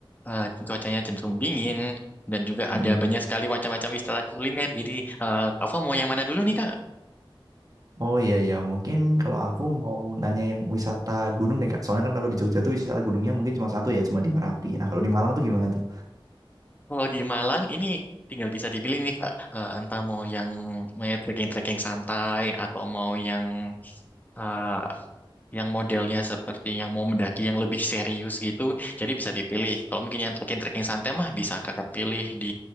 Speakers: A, on the left; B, on the right.
A: eh, cuacanya cenderung dingin dan juga
B: Mm.
A: ada banyak sekali macam-macam wisata kuliner. Jadi eh, Kak Ufa mau yang mana dulu nih Kak?
B: Oh iya iya mungkin kalau aku mau nanya yang wisata gunung deh Kak. Soalnya kan kalau di Jogja tuh wisata gunungnya mungkin cuma satu ya, cuma di Merapi. Nah kalau di Malang tuh gimana tuh?
A: Kalau di Malang ini tinggal bisa dipilih nih Kak, Eh, entah mau yang mau trekking-trekking santai atau mau yang eh, yang modelnya seperti yang mau mendaki yang lebih serius gitu. Jadi bisa dipilih. Kalau mungkin yang trekking-trekking santai mah bisa Kakak pilih di